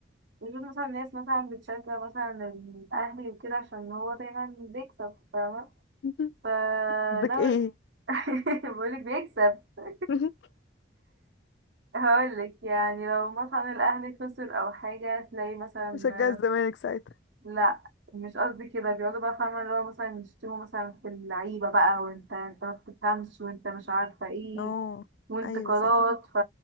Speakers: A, on the right; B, on the left.
A: وجود مثلا ناس مثلا بتشجع مثلا الاهلي وكده عشان هو دايما بيكسب فاهمة
B: <laughs>
A: فلو
B: قصدك ايه
A: <laughs> بقولك بيكسب <laughs>
B: <laughs>
A: هقولك يعني لو مثلا الاهلي خسر او حاجة تلاقي مثلا
B: بشجع الزمالك ساعتها
A: لا مش قصدي كده بيقعدوا بقى فاهمة اللي هو مثلا يشتموا مثلا في اللعيبة بقى وانت انت ما بتفهمش وانت مش عارفة ايه
B: اه
A: وانتقادات
B: ايوه صح
A: ف